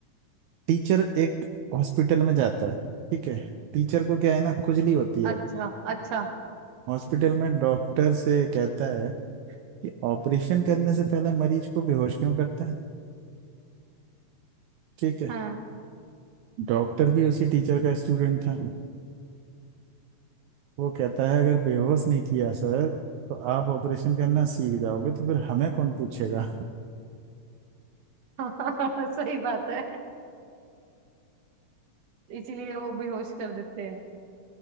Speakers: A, on the right; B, on the right.
A: टीचर एक हॉस्पिटल में जाता है ठीक है टीचर को क्या है ना खुजली होती है
B: अच्छा अच्छा
A: हॉस्पिटल में डॉक्टर से कहता है कि ऑपरेशन करने से पहले मरीज को बेहोश क्यों करते हैं ठीक है
B: हाँ
A: डॉक्टर भी उसी टीचर का स्टूडेंट था वो कहता है अगर बेहोश नहीं किया सर तो आप ऑपरेशन करना सीख जाओगे तो फिर हमें कौन पूछेगा
B: <laughs> सही बात है इसीलिए वो बेहोश कर देते हैं